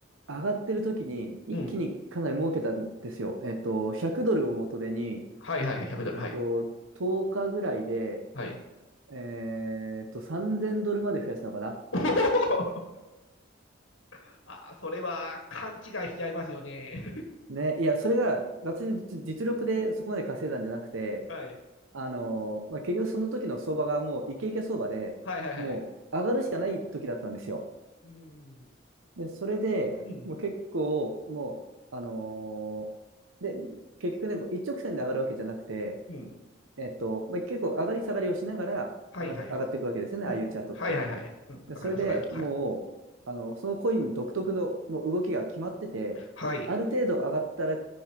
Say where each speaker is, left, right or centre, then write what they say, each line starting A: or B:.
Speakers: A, on the right; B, on the left.
A: あ、上がってる時に一気にかなり儲けたんですよ。
B: うん。
A: えっと、100ドルを元手に、
B: はいはいはい。100ドル。
A: えっと、
B: はい。
A: 10日ぐらいで、
B: はい。
A: えっと、3000ドルまで増やしたのかな。
B: おお <laughs> ああ、それは勘違いしちゃいますよね。
A: ね、いや、それが、私の実実力でそこまで稼いだんじゃなくて、
B: <laughs> はい。
A: あのーまあ、結局その時の相場がもうイケイケ相場で、
B: はいはいはい。
A: もう上がるしかない時だったんですよ。
B: うん。
A: で、それでもう結構、
B: うん。
A: もう、あのーで、結局ね、こう一直線で上がるわけじゃなくて、
B: うん。
A: えっと、まあ、結構上がり下がりをしながら上がっ、
B: はいはい。
A: 上がっていくわけですよね、
B: うん。
A: ああいうチャートって。
B: はいはいはい。うん。
A: で、
B: わかりますわかります。
A: それでもう、
B: はい。
A: あの、そのコイン独特のもう動きが決まってて、
B: はい。
A: ある程度上がったら